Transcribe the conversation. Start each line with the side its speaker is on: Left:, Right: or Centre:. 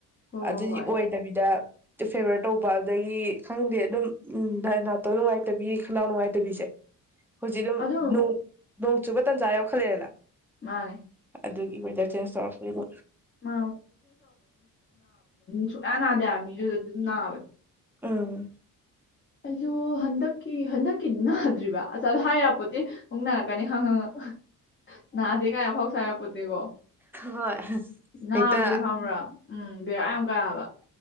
Left: ꯍꯣꯏ
Centre: ꯑꯗꯨꯗꯤ
Left: ꯍꯣꯏ ꯍꯣꯏ
Centre: ꯑꯣꯏꯗꯕꯤꯗ ꯐꯦꯕꯔ ꯇꯧꯎꯕ ꯑꯗꯒꯤ ꯈꯪꯗꯦ ꯑꯗꯨꯝ ꯎꯝ ꯅꯥꯇꯣꯟ ꯅꯨꯡꯉꯥꯏꯇꯕꯤ ꯈꯅꯥꯎ ꯅꯨꯡꯉꯥꯏꯇꯕꯤꯖꯦ ꯍꯧꯖꯤꯛ ꯗꯨꯝ
Left: ꯑꯗꯨꯝ
Centre: ꯅꯣꯛ ꯅꯣꯡꯆꯨꯕ ꯇꯟꯖꯥ ꯋꯥꯝ ꯈꯠꯂꯦꯗꯅ
Left: ꯃꯥꯅꯦ
Centre: ꯑꯗꯨꯒꯤ ꯋꯦꯗꯔ ꯆꯦꯟꯖ ꯇꯧꯔꯛꯄꯒꯤ
Left: ꯃꯥ ꯁꯨꯛꯅꯥ ꯅꯥꯗꯦ ꯍꯥꯏꯕ ꯃꯤ ꯑꯗꯨ ꯑꯗꯨ ꯑꯗꯨꯝ ꯅꯥꯕꯅꯦ
Centre: ꯎꯝ
Left: ꯑꯩꯖꯨ ꯍꯟꯗꯛꯀꯤ ꯍꯟꯗꯛꯀꯤ ꯅꯅꯥꯗ꯭ꯔꯤꯕ ꯑꯁ ꯑꯗꯨ ꯍꯥꯏ ꯄꯣꯠꯇꯦ ꯑꯃꯨꯛ ꯅꯥꯔꯛꯀꯅꯤ ꯍꯪꯍꯪꯍꯪ ꯅꯥꯗꯦ ꯀꯥꯏ ꯑꯐꯥꯎ ꯁꯥ ꯁꯥꯏ ꯌꯥꯄꯣꯠꯇꯦ ꯒꯣ
Centre: ꯍꯣꯏ
Left: ꯅꯥꯕꯖꯦ
Centre: ꯍꯦꯛꯇ
Left: ꯈꯪꯕ꯭ꯔꯥ ꯎꯝ ꯕꯦꯔꯥ ꯌꯥꯝ ꯀꯥꯕ ꯍꯥꯏꯕ